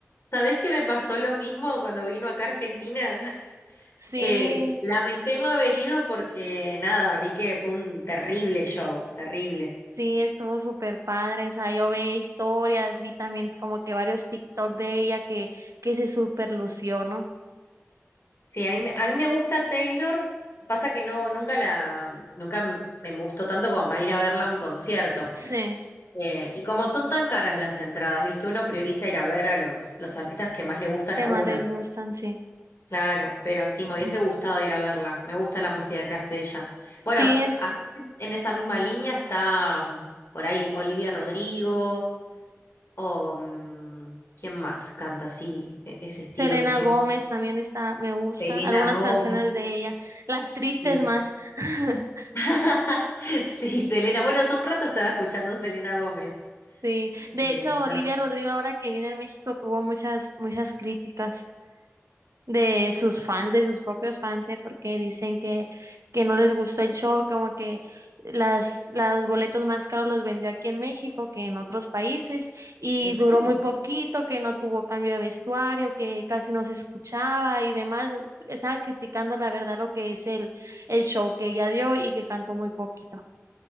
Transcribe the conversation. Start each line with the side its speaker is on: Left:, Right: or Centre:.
Left: ¿Sabés que me pasó lo mismo cuando vino acá a Argentina? <laughs>
Right: Sí.
Left: Eh, lamenté no haber ido porque nada, vi que fue un terrible show, terrible.
Right: Sí, estuvo súper padre, o sea, yo veía historias, vi también como que varios TikTok de ella que, que se súper lució, ¿no?
Left: Sí, a mí, me- a mí me gusta Taylor, pasa que no, nunca la, nunca me gustó tanto como para ir a verla a un concierto.
Right: Sí,
Left: Eh, y como son tan caras las entradas, viste, uno prioriza ir a ver a los, los artistas que más le gustan
Right: que
Left: a
Right: más
Left: uno.
Right: les gustan, sí.
Left: Claro, pero sí, me hubiese
Right: Ujú.
Left: gustado ir a verla. Me gusta la música que hace ella. Bueno,
Right: Sí,
Left: así es, en esa misma línea está mm, por ahí Olivia Rodrigo o mm, ¿quién más canta así? E- ese estilo
Right: Selena
Left: que, que...
Right: Gómez también está, me gusta,
Left: Selena
Right: algunas
Left: Gómez.
Right: canciones de ella, las tristes
Left: Sí.
Right: más, <laughs>
Left: <laughs> Sí, Selena. Bueno, hace un rato estaba escuchando Selena Gómez.
Right: sí.
Left: Eh,
Right: De hecho, Olivia
Left: no.
Right: Rodrigo ahora que viene en México tuvo muchas, muchas críticas. de sus fans, de sus propios fans, ¿eh? Porque dicen que, que no les gustó el show, como que las, los boletos más caros los vendió aquí en México que en otros países y
Left: ¿En
Right: duró
Left: serio?
Right: muy poquito, que no tuvo cambio de vestuario, que casi no se escuchaba y demás. Estaban criticando la verdad lo que es el, el show que ella dio y que cantó muy poquito.